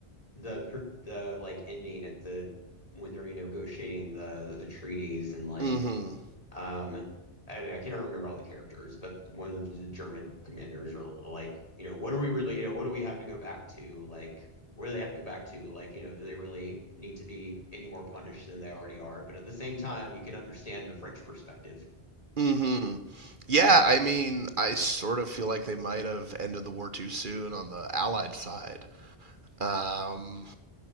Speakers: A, on the left; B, on the right.
A: the per- the like ending at the when they're you know negotiating the the treaties and like
B: Mm-hmm.
A: um, I don't know, I can't remember all the characters, but one of the German commanders are like, you know, what are we really, you know, what do we have to go back to? Like, where do they have to go back to? Like, you know, do they really need to be any more punished than they already are? But at the same time, you can understand the French perspective.
B: Mm-hmm. Yeah, I mean, I sort of feel like they might have ended the war too soon on the Allied side. Um,